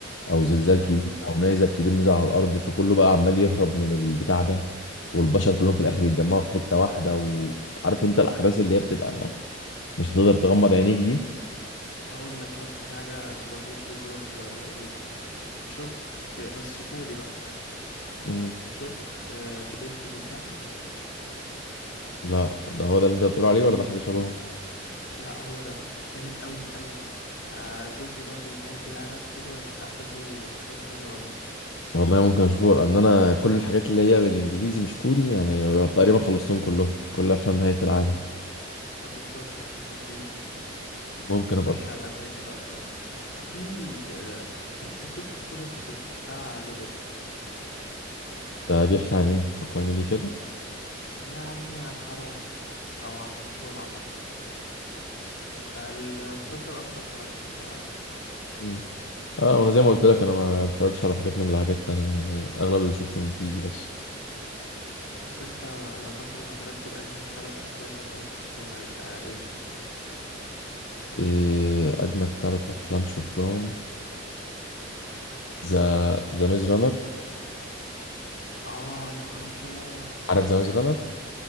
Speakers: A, on the left; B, on the left.
A: او زلزال
B: ايوه
A: كبير او نيزك كبير نزل على الارض فكله بقى عمال يهرب من البتاع ده والبشر كلهم في الاخر يتجمعوا في حتة واحدة وعارف انت الاحداث اللي هي بتبقى مش هتقدر تغمض عينيك دي
B: هقول لك يا اسطى في حاجه شبه وورلد وور آه، زد شفت بس كوري بقى
A: مم.
B: شفت آه، ترين تو بوسان
A: لا ده هو ده اللي انت بتقول عليه ولا ده حاجة شبهه
B: لا هو ده جامد قوي قوي آه، زومبي برضو ونهاية العالم وكده بس احداثه احداثه حلوه قوي
A: والله ممكن اشوفه لان انا كل الحاجات اللي هي بالانجليزي مش كوري يعني تقريبا خلصتهم كلهم كلها عشان نهاية العالم
B: مم. اه بالظبط حاسس بيك
A: ممكن ابقى
B: خش على الالماني بقى فرنسي وفي آه، بس ممكن تكون انت شفته بتاع لوبين
A: ده بيحكي عن ايه فكرني بيه كده
B: يعني عن حرامي او عن نصاب عامه المسلسل اصلا فرنسي ف
A: مم. اه وانا زي ما قلت لك انا ما اتفرجش على حاجات من الحاجات تانية يعني اغلب اللي شفته انجليزي بس
B: بس انت لو مثلا هترتب اجمد ثلاث افلام مثلا شفتهم هيبقى ايه
A: إيه اجمد ثلاث افلام شفتهم ذا ذا ميز رانر
B: اه يا نهار ابيض
A: عارف ذا ميز رانر